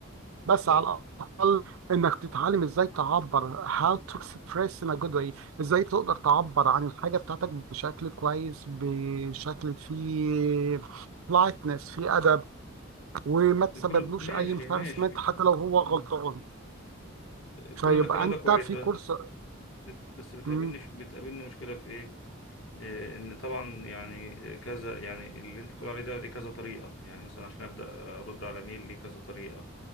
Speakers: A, on the right; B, on the left.
A: بس
B: اه
A: على الاقل انك تتعلم ازاي تعبر how to express in a good way ازاي تقدر تعبر عن الحاجه بتاعتك بشكل كويس بشكل فيه لايتنس فيه ادب وما تسببلوش
B: بكل ماشي
A: اي embarrassment
B: ماشي
A: حتى لو هو غلطان
B: مم.
A: فيبقى
B: كل ده الكلام
A: انت
B: ده كويس
A: في
B: بس
A: كورس
B: بس بت- بس بتقابلني
A: مم،
B: ش- بتقابلني مشكلة في إيه؟ إيه، إن طبعا يعني كذا يعني اللي أنت بتقول عليه ده ليه كذا طريقة يعني مثلا عشان أبدأ أرد على ميل ليه كذا طريقة